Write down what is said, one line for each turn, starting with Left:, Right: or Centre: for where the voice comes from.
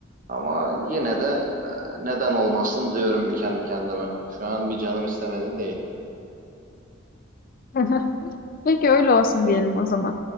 Right: Ama yine de e, neden olmasın diyorum bir kendi kendime. Şu an bir canım istemedi değil.
Left: <laughs> Peki öyle olsun diyelim o zaman.